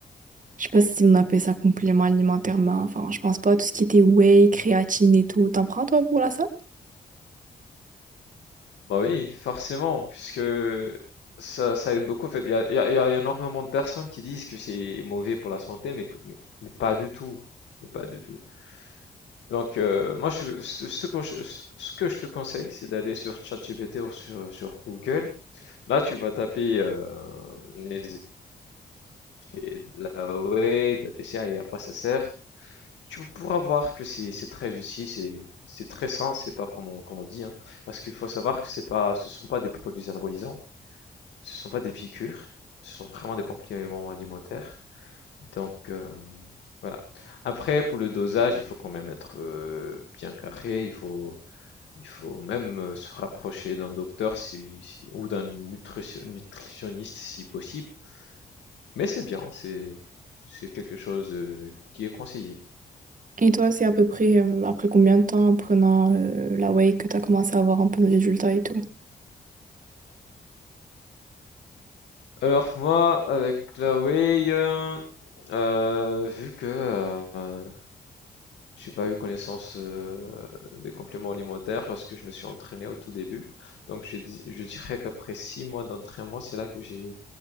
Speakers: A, on the right; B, on the left.
A: Je sais pas si on appelle ça complément alimentaire, mais enfin, je pense pas. Tout ce qui était whey, créatine et tout. T'en prends, toi, pour la salle?
B: Bah oui, forcément, puisque ça, ça aide beaucoup. En fait, il y a, il y a- il y a énormément de personnes qui disent que c'est mauvais pour la santé, mais, que- mais pas du tout. Mais Pas du tout. Donc, euh, moi, je, ce, ce que je, ce- ce que je te conseille, c'est d'aller sur ChatGPT ou sur, sur Google. Là, tu vas taper euh, les effets de la whey, de la PCA et à quoi ça sert. Tu pourras voir que c'est c'est très utile, c'est c'est très sain, c'est pas comme on, comme on dit, hein. Parce qu'il faut savoir que c'est pas, ce sont pas des produits anabolisants. Ce sont pas des piqûres, ce sont vraiment des compléments alimentaires. Donc euh, voilà. Après, pour le dosage, il faut quand même être euh, bien carré. Il faut, il faut même euh, se rapprocher d'un docteur si, si- ou d'un nutritionniste si possible. Mais c'est bien, c'est, c'est quelque chose euh, qui est conseillé.
A: Et toi, c'est à peu près euh, après combien de temps en prenant euh, la whey que t'as commencé à avoir un peu de résultats et tout?
B: Alors moi, avec la whey, euh, euh, vu que euh, J'ai pas eu connaissance euh, des compléments alimentaires lorsque je me suis entraîné au tout début. Donc j'ai dit, je dirais qu'après six mois d'entraînement, c'est là que j'ai